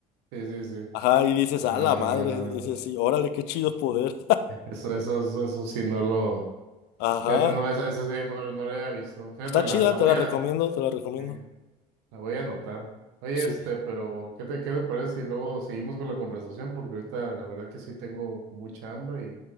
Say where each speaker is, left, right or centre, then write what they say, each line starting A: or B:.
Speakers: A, on the right; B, on the left.
A: sí, sí, sí,
B: Ajá, y dices,
A: ah,
B: a la madre, dices, sí, órale, qué chido poder.
A: eso, eso, eso, eso sí, no lo,
B: <laughs> Ajá,
A: fíjate, no, esa, esa sí, no, no la había visto, fíjate,
B: está
A: la,
B: chida,
A: la
B: te
A: voy
B: la
A: a,
B: recomiendo, te la recomiendo.
A: eh, La voy a anotar. Oye,
B: Sí,
A: este, pero ¿qué te, qué te parece si luego seguimos con la conversación? Porque ahorita la verdad que sí tengo mucha hambre